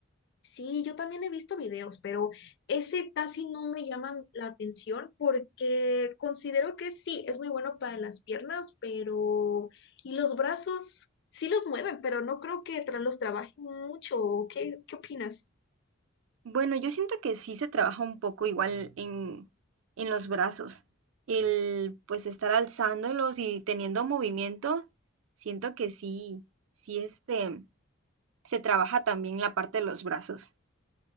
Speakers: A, on the left; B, on the right.
A: Sí, yo también he visto videos, pero ese casi no me llama la atención porque considero que sí, es muy bueno para las piernas, pero... Y los brazos sí los mueven, pero no creo que tra- los trabajen mucho. ¿Qué, qué opinas?
B: Bueno, yo siento que sí se trabaja un poco igual en, en los brazos. El pues estar alzándolos y teniendo movimiento, siento que sí, sí este, se trabaja también la parte de los brazos.